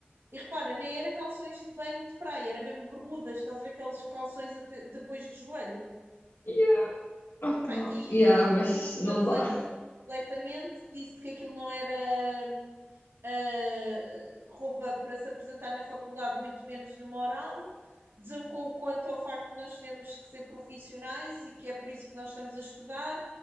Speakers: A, on the right; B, on the left.
A: E repara, nem era calções de banho de praia, era mesmo bermudas, estás a ver aqueles calções até depois do joelho.
B: Yeah. Opa.
A: Pá, e
B: Yeah, mas
A: o professor
B: não
A: desancou
B: dá.
A: completamente, disse que aquilo não era hum, ah, roupa para se apresentar na faculdade, muito menos numa oral. Desancou quanto ao facto de nós termos que ser profissionais e que é por isso que nós estamos a estudar.